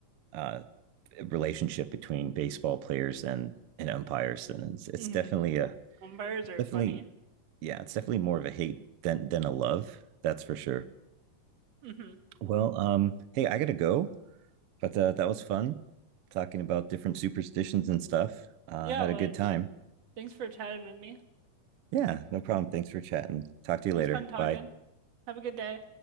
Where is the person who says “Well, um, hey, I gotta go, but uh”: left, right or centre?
Right